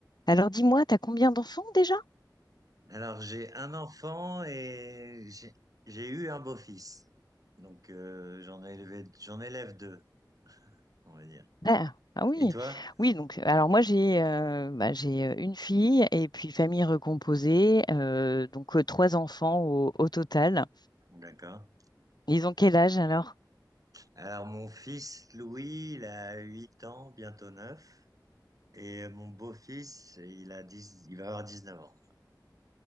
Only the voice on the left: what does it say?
Alors dis-moi, t'as combien d'enfants déjà?
Ah, ah oui,
oui, donc alors moi j'ai euh, bah, j'ai euh, une fille et puis famille recomposée, euh, donc euh, trois enfants au, au total.
Ils ont quel âge alors?